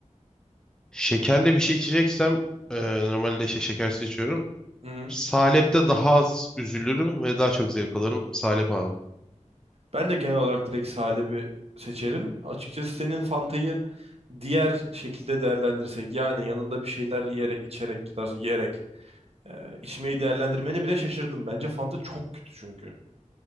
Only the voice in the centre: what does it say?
Şekerli bir şey içeceksem e, normalde şey şekersiz içiyorum.
Salep'te daha az üzülürüm ve daha çok zevk alırım. Salep abi.